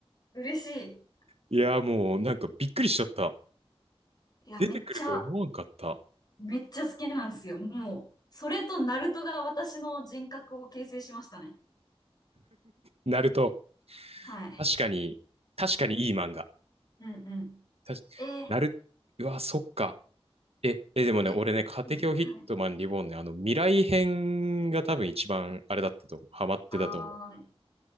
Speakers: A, on the left; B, on the right.
A: 嬉し
B: いや、もうなんかびっくりしちゃった。
A: い。いや、
B: 出てくると思わんかった。
A: めっちゃ、めっちゃ好きなんですよ。もう、それとナルトが私の人格を形成しましたね。
B: ナルト。
A: はい。
B: 確かに、確かにいい漫画。
A: うんうん。
B: たしナル、
A: えー、
B: うわ、そっか。え、え、でもね、
A: いうん、
B: 俺ね、家庭教ヒットマンリボーンね、
A: はい。
B: あの、未来編が多分一番あれだったと思う。ハマってたと思う。
A: あー、